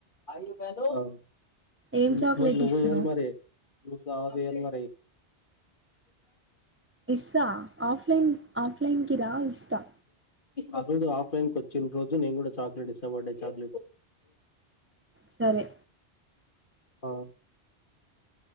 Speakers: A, on the left; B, on the right.
A: అ ఆ
B: ఏం
A: మ్
B: చాక్లెట్
A: మరి నువ్వైయ్యాలి
B: ఇస్తున్నావు
A: మరి ప్డు దావత్ ఇయ్యాల్ మరి
B: ఇస్సా ఆఫ్లైన్ ఆఫ్లైన్ కిరా ఇస్స
A: ఆ రోజు ఆఫ్లైన్ క వచ్చి రోజు నేన్ గూడ చాక్లెట్ ఇస్తా బడ్డే చాక్లెట్
B: సరే
A: ఆ